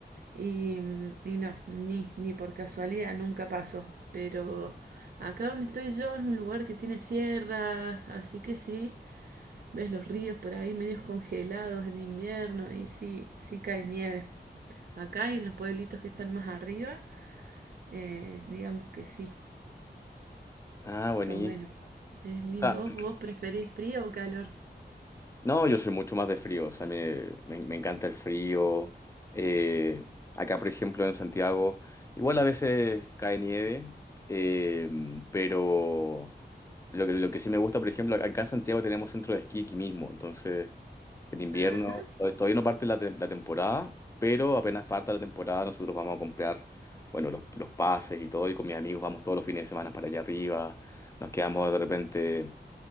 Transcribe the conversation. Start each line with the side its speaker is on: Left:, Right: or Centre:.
Right: Y, y no, ni, ni por casualidad nunca pasó. Pero acá donde estoy yo es un lugar que tiene sierras, así que sí, ves los ríos por ahí medios congelados en invierno y sí, sí cae nieve. Acá y en los pueblitos que están más arriba, eh, digamos que sí,
Left: Ah, buenísimo.
Right: está bueno. Es lindo.
Left: O sea,
Right: ¿Vos, vos preferís frío o calor?
Left: no, yo soy mucho más de frío, o sea, me, me- me encanta el frío. Eh, acá, por ejemplo, en Santiago, igual a veces cae nieve, eh, pero lo que, lo que sí me gusta, por ejemplo, acá en Santiago tenemos centro de esquí aquí mismo, entonces... En invierno,
Right: Ajá,
Left: to- todavía no parte la, tem- la temporada, pero apenas parta la temporada, nosotros vamos a comprar, bueno, los, los pases y todo, y con mis amigos vamos todos los fines de semana para allá arriba, nos quedamos de repente